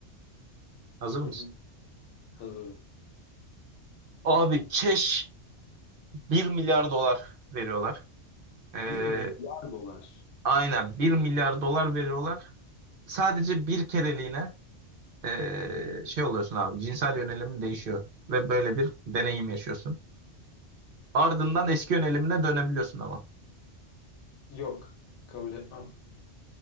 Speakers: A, on the right; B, on the left.
A: Hazır
B: Hı
A: mısın?
B: hı, Hazırım.
A: Abi keş bir milyar dolar veriyorlar. Ee,
B: Bir milyar dolar.
A: aynen 1 milyar dolar veriyorlar. Sadece bir kereliğine ee, şey oluyorsun abi cinsel yönelimin değişiyor. Ve böyle bir deneyim yaşıyorsun. Ardından eski yönelimine dönebiliyorsun ama.
B: Yok. Kabul etmem.